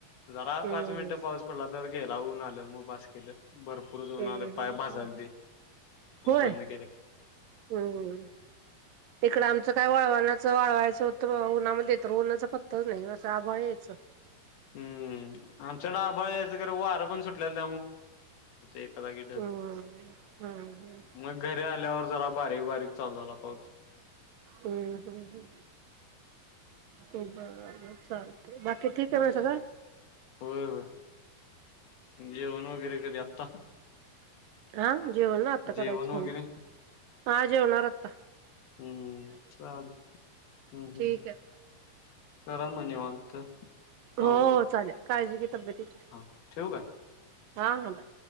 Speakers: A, on the left (about 85°); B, on the right (about 75°).
A: जरा
B: हम्म
A: पाच मिनिटं पाऊस पडला तर गेला ऊन आलं. मग बास केलं. भरपूर ऊन
B: हम्म
A: आल, पाय भाजालते,
B: हम्म
A: मग
B: होय
A: बंद केल.
B: हम्म, इकडं आमचं काय वाळवण्याच वाळवायचं तर तर ऊन्हामध्ये तर उन्हाचा पताच नाही असं आभाळ यायच.
A: हम्म, आमच्या कडे आभाळ यायचं. खरं वारं पण सुटलेल. एका जागी ढगं,
B: हम्म हम्म
A: मग घरी आल्यावर जरा बारीक बारीक चालू झाला पाऊस.
B: हम्म हम्म ह बर चाल बाकी ठीक आहे.
A: हम्म
B: मगं सगळं,
A: होय होय जेवण वगैरे कधी आत्ता?
B: हा जेवण ना आत्ता करायचं
A: जेवण वगैरे
B: हो. हा जेवणार आता
A: हम्म चालत हम्म
B: ठीक
A: हम
B: आहे.
A: करा मग निवांत.
B: हो
A: आवरून
B: चालेल काळजी घे तब्येतीची.
A: हा ठेवू काय
B: हा हा बाय.